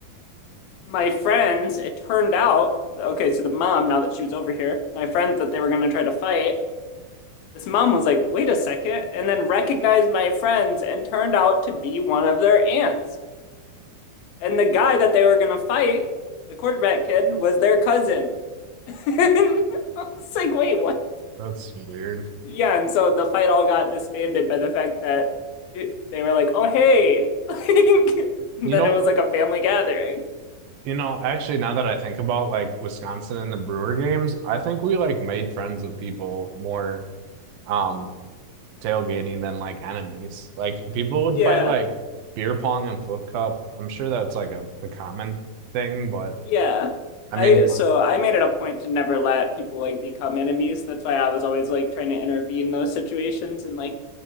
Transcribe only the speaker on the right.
That's weird.
You know,
You know, actually, now that I think about like Wisconsin and the Brewer games, I think we like made friends with people more um tailgating than like enemies. Like people would
play like beer pong and flip cup. I'm sure that's like a, a common thing, but
I
mean,